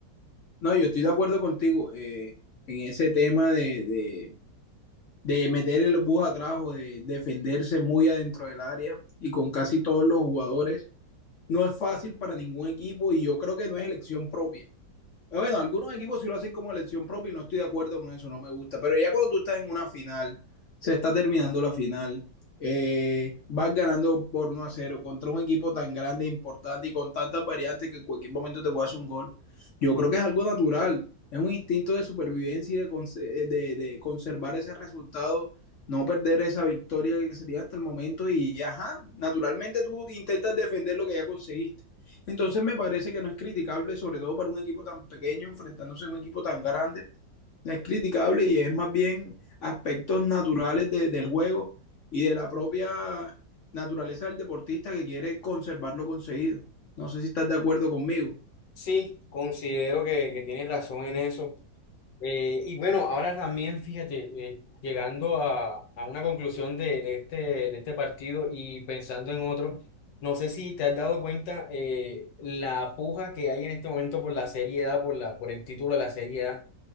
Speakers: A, on the left; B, on the left.
A: No, yo estoy de acuerdo contigo eh, en ese tema de, de de meter el bus atrás o de defenderse muy adentro del área y con casi todos los jugadores. No es fácil para ningún equipo y yo creo que no es elección propia. Bueno, algunos equipos sí lo hacen como elección propia y no estoy de acuerdo con eso, no me gusta. Pero ya cuando tú estás en una final, se está terminando la final, eh, vas ganando por uno a cero contra un equipo tan grande, importante y con tantas variantes que en cualquier momento te puede hacer un gol. Yo creo que es algo natural, es un instinto de supervivencia y de, conse- eh, de- de conservar ese resultado, no perder esa victoria que se tiene hasta el momento y, ajá, naturalmente tú intentas defender lo que ya conseguiste. Entonces me parece que no es criticable, sobre todo para un equipo tan pequeño enfrentándose a un equipo tan grande. No es criticable y es más bien aspectos naturales de- del juego y de la propia naturaleza del deportista que quiere conservar lo conseguido. No sé si estás de acuerdo conmigo.
B: Sí, considero que, que tienes razón en eso. Eh, y bueno, ahora también, fíjate, eh, llegando a, a una conclusión de, de este, de este partido y pensando en otro, no sé si te has dado cuenta eh, la puja que hay en este momento por la Serie A, por la, por el título de la Serie A